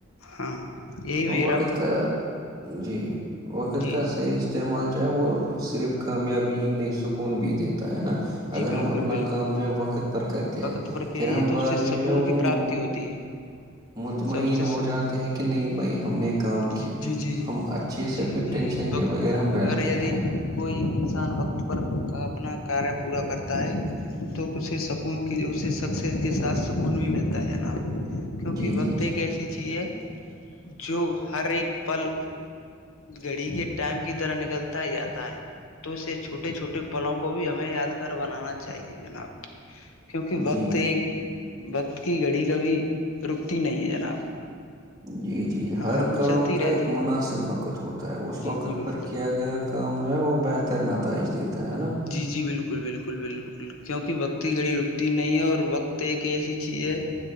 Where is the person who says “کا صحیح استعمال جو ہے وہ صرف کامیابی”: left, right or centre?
Right